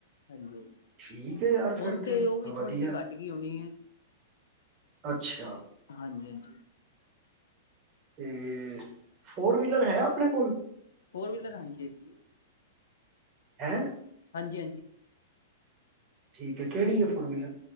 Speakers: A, on the left; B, on the right.
A: ਹਾਂਜੀ ਹਾਂਜੀ,
B: ਠੀਕ ਹੈ ਯਾਰ ਫਿਰ
A: ਹੁਣ ਤੇ ਔ ਵੀ
B: ਵਧੀਆ
A: ਥੋੜ੍ਹੀ ਜੀ ਘੱਟ ਗੀ ਹੋਣੀ ਏ,
B: ਅੱਛਾ
A: ਹਾਂਜੀ ਹਾਂਜੀ।
B: ਤੇ ਫੋਰ ਵੀਲਰ ਹੈ ਆਪਣੇ ਕੋਲ
A: ਫੋਰ ਵੀਲਰ ਹਾਂਜੀ ਹੈਗੀ ਹੈ।
B: ਹੈਂ‌
A: ਹਾਂਜੀ ਹਾਂਜੀ।
B: ਠੀਕ ਹੈ ਕਿਹੜੀ ਹੈ ਫੋਰਵਲਰ।